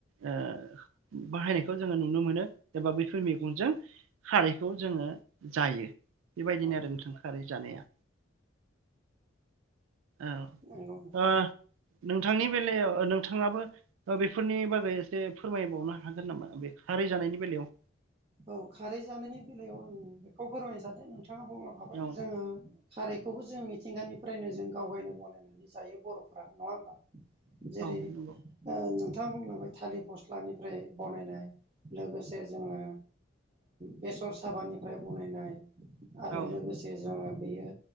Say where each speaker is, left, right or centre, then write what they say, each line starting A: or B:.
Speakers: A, on the right (about 85°); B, on the right (about 30°).
A: ओ बाहायनायखौ जोंङो नुनो मोनो एबा बैफोर मेगंजों खारैखौ जोंङो जायो। बेबायदिनो
B: औ
A: आरो नोंथां खारै जानाया औ।
B: नंगौ नोंथां।
A: ओ नोंथांनि बेलायाव नोंथांङाबो बेफोरनि बागै एसे फोरमायबावनो हागोन नामा बे खारै जा नायनि बेलायाव।
B: औ खारै जानायनि बेलायाव आं बेखौ फोरमायनो सानदों नों थांङा बुंलांखाबाय
A: औ
B: जोंङो खारै बेखौबो जों मिथिंगानिफ्रायनो जों गावनो बानायनानै जायो बरफ्रा नङा होमबा। जेरै
A: औ नंगौ
B: ओ नों थांआ बुंदोंमोन थालिर फस्लानिफ्राय बानायनाय लोगोसे जोंङो बेसर साबानिफ्राय बानायनाय आरो
A: औ
B: लोगोसे जोंङो हायो